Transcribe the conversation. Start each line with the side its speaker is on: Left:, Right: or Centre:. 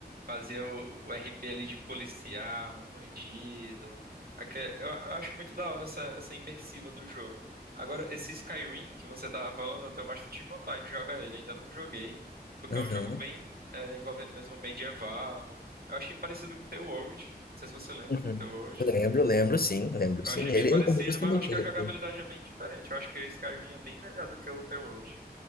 Right: fazer o, o RP ali de policial, bandido. Aque- Eu, eu acho muito da hora essa, essa imersiva do jogo. Agora, esse Skyrim que você tava falando, eu tenho bastante vontade de jogar ele. Ainda não joguei, porque
Left: Uhum,
Right: é um jogo bem é, envolvendo mesmo medieval. Eu achei parecido com o The World. Não sei se você lembra,
Left: uhum.
Right: The World.
Left: Lembro, lembro, sim, lembro,
Right: Eu
Left: sim.
Right: achei bem
Left: Ele,
Right: parecido,
Left: ele- justamente
Right: mas eu acho que
Left: ele.
Right: a jogabilidade é bem diferente. Eu acho que o Skyrim é bem melhor do que o The World.